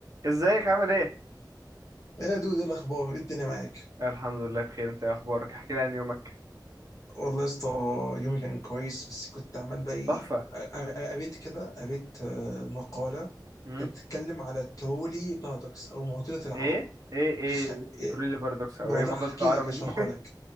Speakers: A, on the right (about 50°); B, on the left (about 45°).
A: ازيك عامل ايه
B: ايه يا دود إيه الاخبار ايه الدنيا معاك
A: الحمد لله بخير انت ايه اخبارك احكي لي عن يومك
B: والله يا اسطى يومي كان كويس بس كنت عمال بقى ايه
A: تحفه
B: أ- أ- قريت كده قريت آه، مقاله
A: امم
B: كانت بتتكلم على الترولي بارادوكس او معضله العربه
A: ايه ايه ايه
B: خ- إيه،
A: تريلي بارادوكس
B: بعدها
A: او ايه مضلت
B: هحكي
A: العربه
B: لك هشرحها
A: دي
B: لك